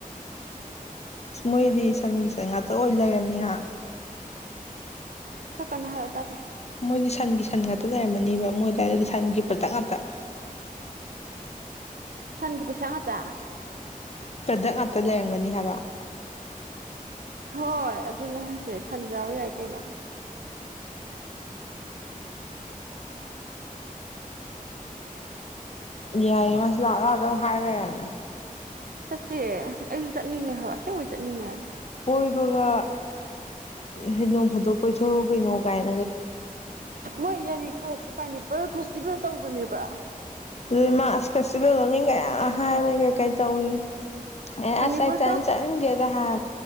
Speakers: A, on the left; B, on the right.
A: ꯃꯣꯏꯗꯤ ꯁꯟꯒꯤ ꯁꯟ ꯉꯥꯛꯇ ꯑꯣꯏ ꯂꯩꯔꯅꯤꯍ
B: ꯈꯔ ꯀꯅ ꯍꯥꯏꯔꯛꯑꯣ ꯇꯥꯗꯦ
A: ꯃꯣꯏꯗꯤ ꯁꯟꯒꯤ ꯁꯟ ꯉꯥꯛꯇ ꯂꯩꯔꯝꯃꯅꯦꯕ ꯃꯣꯏ ꯑꯗꯨꯋꯥꯏꯗꯗꯤ ꯁꯟꯒꯤ ꯄ꯭ꯔꯗꯛ ꯉꯥꯛꯇ
B: ꯁꯟꯒꯤ ꯄꯩꯁꯥ ꯉꯇꯥ
A: ꯄ꯭ꯔꯗꯛ ꯉꯥꯛꯇ ꯂꯩꯔꯝꯒꯅꯤ ꯍꯥꯏꯕ
B: ꯍꯣꯏ ꯑꯗꯨꯅꯦ ꯍꯧꯁꯦ ꯁꯟꯖꯥꯕ ꯌꯥꯏ ꯀꯩꯅꯣ
A: ꯌꯥꯏꯌꯦ ꯃꯥꯁꯨ ꯂꯥꯛ ꯂꯥꯛꯑ ꯑꯗꯨꯝ ꯍꯥꯏꯔ ꯂꯩꯔꯕꯅꯦ
B: ꯆꯠꯁꯦ ꯑꯩꯁꯨ ꯆꯠ ꯅꯤꯡꯉꯦ ꯍꯥꯏꯕ ꯑꯁꯦꯡꯕꯩ ꯆꯠꯅꯤꯡꯉꯦ
A: ꯀꯣꯏꯕꯒ ꯍꯥꯏꯗꯤ ꯅꯣꯡꯐꯥꯗꯣꯛ ꯀꯣꯏꯊꯣꯔꯎ ꯀꯩꯅꯣ ꯀꯥꯏꯅ
B: ꯃꯣꯏ ꯌꯥꯏꯔꯤꯄꯣꯛꯇ ꯄꯥꯏꯅꯦꯄꯜ ꯐꯦꯁꯇꯤꯚꯦꯜ ꯇꯧꯕꯅꯦꯕ
A: ꯑꯗꯨꯗꯤ ꯃꯥ ꯑꯁ ꯐꯦꯁꯇꯤꯚꯦꯜ ꯃꯃꯤꯡꯒ ꯌꯥꯝ ꯍꯥꯏꯕ ꯀꯩ ꯀꯩ ꯇꯧꯏ ꯑꯦ
B: ꯄꯅꯤꯄꯨꯔ
A: ꯑꯁ ꯑꯩ ꯆꯥꯅꯤ ꯆꯥꯅꯤꯡꯗꯦꯗ ꯍꯥꯏ